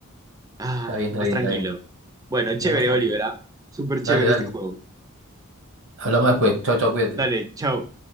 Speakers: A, on the right (about 15°); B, on the right (about 55°).
A: Ah,
B: Está bien,
A: más
B: está bien,
A: tranquilo.
B: está bien.
A: Bueno, chévere,
B: Ya más tranquilo.
A: Olivera. Súper chévere
B: Dale, dale.
A: este juego.
B: Hablamos después. Chao, chao, cuídate.
A: Dale, chao.